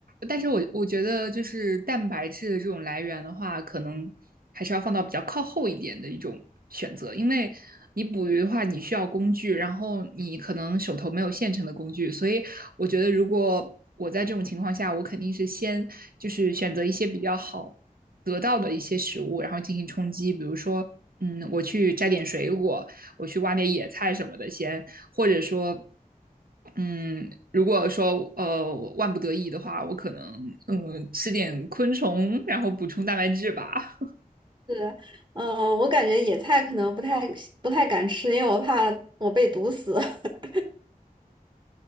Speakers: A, on the right; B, on the right.
A: 但是我我觉得就是蛋白质的这种来源的话，可能还是要放到比较靠后一点的一种选择，因为你捕鱼的话，你需要工具，然后你可能手头没有现成的工具，所以我觉得如果我在这种情况下，我肯定是先就是选择一些比较好得到的一些食物，然后进行充饥，比如说，嗯，我去摘点水果，我去挖点野菜什么的，先或者说，嗯，如果说呃万不得已的话，我可能嗯吃点昆虫，然后补充蛋白质吧。
B: 是，嗯，我感觉野菜可能不太不太敢吃，因为我怕我被毒死。<laughs>